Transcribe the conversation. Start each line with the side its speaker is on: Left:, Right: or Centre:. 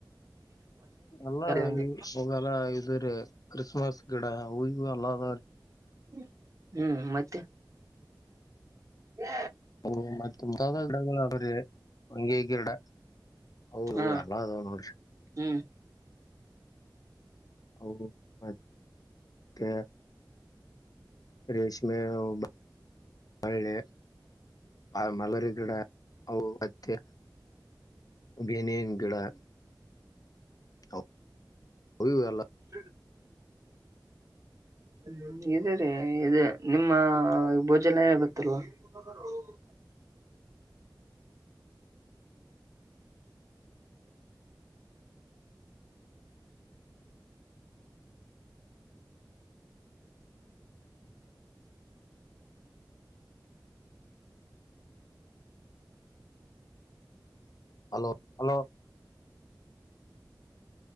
Left: ಅಲ್ಲ
Right: ಅಂದೆ
Left: ಇ ಅವೆಲ್ಲಾ ಇದ್ರೀ ಕ್ರಿಸ್ಮಸ್ ಗಿಡ ಅವು ಇವು ಎಲ್ಲದವರಿ.
Right: ಹ್ಮ್ ಮತ್ತೆ. ಎ
Left: ಹು ಮತ್ತ ಮುಂತಾದ ಗಿಡಗಳು ಅವಾರಿ ಹೊಂಗೆ ಗಿಡ. ಅವು
Right: ಹ
Left: ಇವು ಎಲ್ಲಾ ಅದಾವ್ ನೋಡ್ರಿ
Right: ಹ್ಮ್.
Left: ಹೌ ಮ ತ್ತೆ. ರೇಶ್ಮೆ ಅವು ಬ್ ಬಳ್ಳಿ. ಆ ಮಲರಿ ಗಿಡ ಅವು ಹತ್ತಿ ಬೆನಿನ ಗಿಡಾ ಅವು ಅವುಯುವು ಎಲ್ಲ.
Right: ಹ <unintelligible> ಹ್ಮ ಇದದೆ ರೀ ಇದು ನಿಮ್ಮ ಭೋಜನ ಗೊತ್ತಲ್ವಾ ಬ <unintelligible>
Left: ಹಲೋ ಹಲೋ